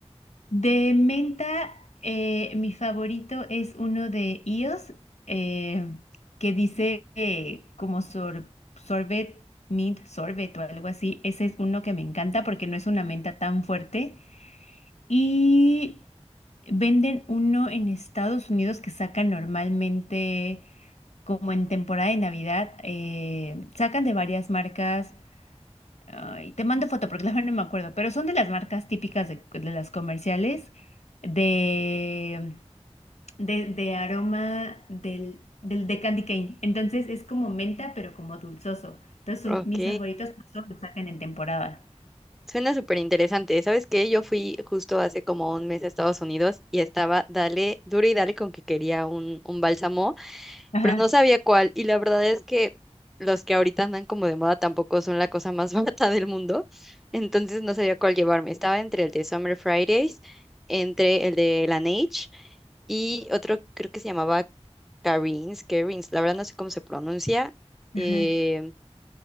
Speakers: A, on the left; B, in the centre.
A: De menta, eh, mi favorito es uno de IOS, eh, que dice eh, como sor- sorbet, mint sorbet o algo así. Ese es uno que me encanta porque no es una menta tan fuerte. Y venden uno en Estados Unidos que sacan normalmente como en temporada de Navidad, eh, sacan de varias marcas, ay, te mando foto porque la verdad no me acuerdo, pero son de las marcas típicas de, de las comerciales de, de, de aroma del, del de candy cane. Entonces es como menta, pero como dulzoso. Entonces son
B: Ok,
A: mis favoritos, por eso los sacan en temporada.
B: suena súper interesante. ¿Sabes qué? Yo fui justo hace como un mes a Estados Unidos y estaba, dale, duro y dale con que quería un, un bálsamo.
A: Ajá,
B: pero no sabía cuál. Y la verdad es que los que ahorita andan como de moda tampoco son la cosa más <laughs> barata del mundo. Entonces no sabía cuál llevarme. Estaba entre el de Summer Fridays, entre el de Laneige y otro creo que se llamaba Carins Carins la verdad no sé cómo se pronuncia. eh,
A: ajá.